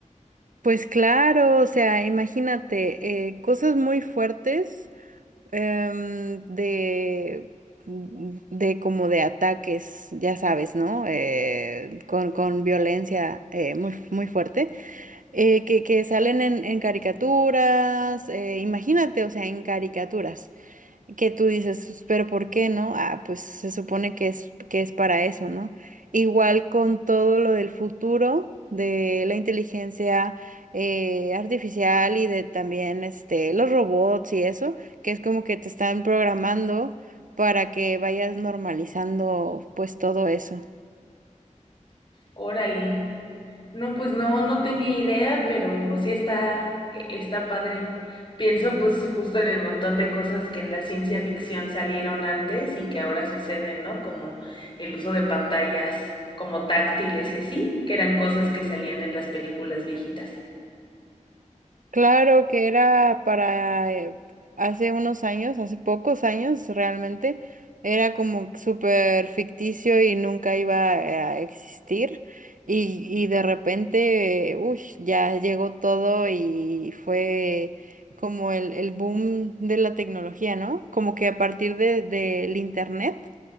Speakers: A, on the right; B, on the left.
A: Pues claro, o sea, imagínate, eh, cosas muy fuertes Em, de, de como de ataques, ya sabes, ¿no? Eh, con, con violencia eh, muy, muy fuerte, eh, que, que salen en, en caricaturas, eh, imagínate, o sea, en caricaturas que tú dices, "Pues, pero ¿por qué no? Ah, pues se supone que es, que es para eso, ¿no? Igual con todo lo del futuro, de la inteligencia eh, artificial y de también este, los robots y eso, que es como que te están programando para que vayas normalizando pues todo eso.
B: Órale. No, pues no, no tenía idea, pero sí está, e- está padre. Pienso pues justo en el montón de cosas que en la ciencia ficción salieron antes y que ahora suceden, ¿no? Como el uso de pantallas como táctiles y así, que eran cosas que salían en las películas viejitas.
A: Claro que era para eh, hace unos años, hace pocos años realmente, era como súper ficticio y nunca iba eh, a existir. Y, y de repente, uy, ya llegó todo y fue como el, el boom de la tecnología, ¿no? Como que a partir de, del internet,